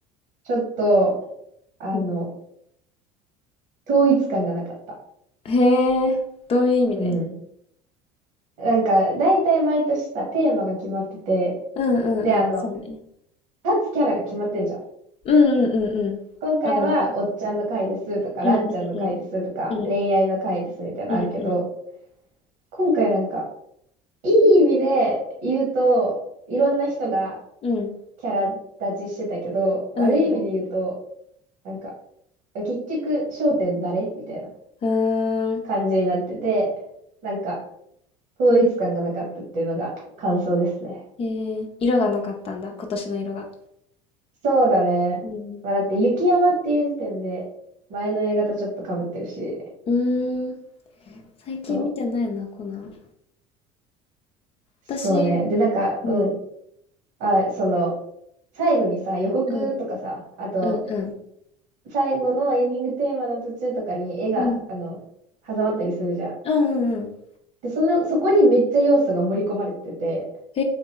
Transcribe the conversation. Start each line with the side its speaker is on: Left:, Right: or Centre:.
Right: ちょっと、あの、
Left: うん。
Right: 統一感がなかった。
Left: へえ、どういう意味で
Right: うん。なんか、大体毎年さ、テーマが決まってて、
Left: うんうんうん。
Right: で、あの、
Left: そうね。
Right: 立つキャラが決まってんじゃん。
Left: うんうんうんうん。
Right: 今回は、
Left: わかるわかる。
Right: おっちゃんの回ですとか、
Left: うんうんうん。
Right: ランちゃんの回ですとか、
Left: うん
Right: 恋愛の回ですみたいなのあるけど、
Left: うんうん。
Right: 今回なんか、いい意味で言うと、いろんな人が
Left: うん。
Right: キャラ立ちしてたけど、悪い意味で言うと、
Left: うん。
Right: なんか、結局、焦点誰みたいな
Left: うーん。
Right: 感じになってて、なんか、統一感がなかったっていうのが感想ですね。
Left: えー、色がなかったんだ、今年の色が。
Right: そうだね。
Left: うん。
Right: まあ、だって、雪山っていう時点で、前の映画とちょっと被ってるし、
Left: うーん。最近見てないな、
Right: そう、
Left: コナン。
Right: そうね。
Left: 私、
Right: で、なんか、
Left: うん、
Right: うん。あ、その、最後にさ、予告とかさ、
Left: うん、
Right: あと、
Left: うん、うん。
Right: 最後のエンディングテーマの途中とかに絵が、
Left: うん、
Right: あの、挟まったりするじゃん。
Left: うん、うんうん。
Right: で、その、そこにめっちゃ要素が盛り込まれてて、
Left: へ